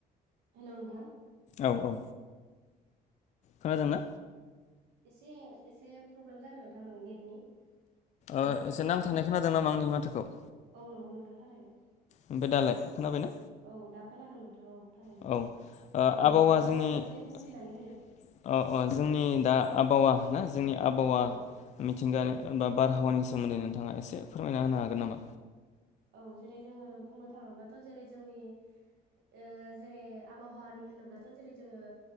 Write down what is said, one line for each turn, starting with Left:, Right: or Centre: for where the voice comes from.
Right: हेलौ नोथां
Left: औ औ खोनादोंना
Right: एसे एसे प्रब्लेम जादों नोंथां नों नेटनि हेलौ
Left: ओ एसे नांथानाय खोनादों नामा आंनि माथोखौ
Right: औ नंगौ नोंथां थारैनो
Left: ओमफ्राय दालाय खोनाबायना
Right: औ दा खोनादों नोंथां औ थारैनो
Left: औ ओ
Right: औ
Left: आबहावा
Right: नोंथाङा
Left: जोंनि
Right: एसे
Left: अ
Right: बुंफिननानै होदो
Left: अ जोंनि दा आबहावा ना जोंनि आबहावा
Right: औ
Left: मिथिंगा बा बारहावानि सोमोन्दै नोंथांङा एसे फोरमायना होनो हागोन नामा
Right: औ जेरै जोङो बुंनो थांङोब्ला थ जेरै जोंनि ओ जेरै आबहावानि होनोब्लाथ जेरै जोङो